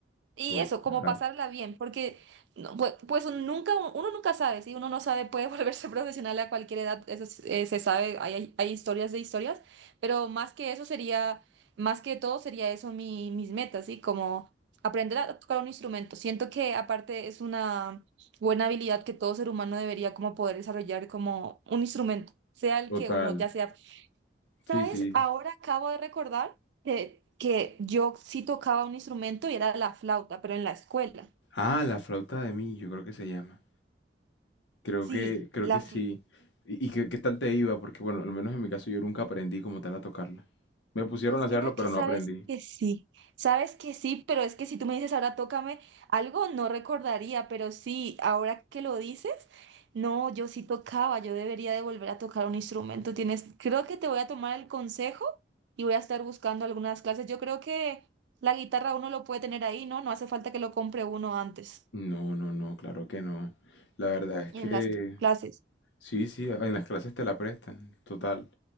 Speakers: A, on the right; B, on the left.
A: y
B: Total.
A: eso, como pasarla bien, porque no, pues, pues uno nunca, uno nunca sabe, si uno no sabe, puede <laughs> volverse profesional a cualquier edad, eso es- eh, se sabe, hay, hay, hay historias de historias, pero más que eso sería, más que todo sería eso mi, mis metas, ¿sí? Como aprender a tocar un instrumento. Siento que aparte es una buena habilidad que todo ser humano debería como poder desarrollar como un instrumento, sea el
B: Total.
A: que uno, ya sea
B: Sí,
A: ¿Sabes?
B: sí.
A: Ahora acabo de recordar de que yo sí tocaba un instrumento y era la flauta, pero en la escuela.
B: Ah, la flauta de mí, yo creo que se llama. Creo
A: Sí,
B: que, creo
A: la
B: que sí.
A: fl-
B: ¿Y, y qué, qué tal te iba? Porque bueno, al menos en mi caso yo nunca aprendí como tal a tocarla. Me pusieron
A: Pues
B: a hacerlo,
A: mira
B: pero
A: que
B: no
A: sabes
B: aprendí.
A: que sí, sabes que sí, pero es que si tú me dices ahora tócame algo, no recordaría, pero sí, ahora que lo dices, no, yo sí tocaba, yo debería de volver a tocar un instrumento. Tienes, creo que te voy a tomar el consejo y voy a estar buscando algunas clases. Yo creo que la guitarra uno lo puede tener ahí, ¿no? No hace falta que lo compre uno antes.
B: No, no, no, claro que no. La verdad es
A: En
B: que
A: las clases.
B: sí, sí, en las clases te la prestan, total.